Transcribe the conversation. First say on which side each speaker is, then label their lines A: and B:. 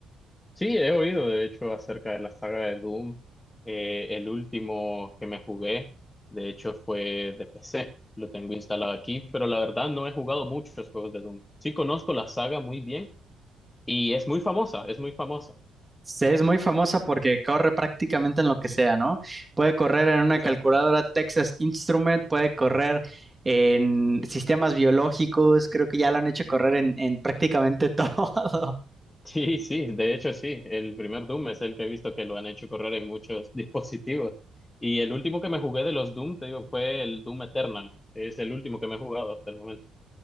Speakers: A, on the left; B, on the right.
A: Sí, he oído de hecho acerca de la saga de Doom. Eh, el último que me jugué, de hecho, fue de PC. Lo tengo instalado aquí, pero la verdad no he jugado muchos juegos de Doom. Sí conozco la saga muy bien y es muy famosa, es muy famosa.
B: Se- Es muy famosa porque corre prácticamente en lo que sea, ¿no? Puede correr en una
A: Exacto.
B: calculadora
A: <laughs>
B: Texas Instrument, puede correr en sistemas biológicos, creo que ya lo han hecho correr en, en prácticamente <laughs> todo.
A: Sí, sí, de hecho sí. El primer Doom es el que he visto que lo han hecho correr en muchos <laughs> dispositivos. Y el último que me jugué de los Doom, te digo, fue el Doom Eternal. Es el último que me he jugado hasta el momento.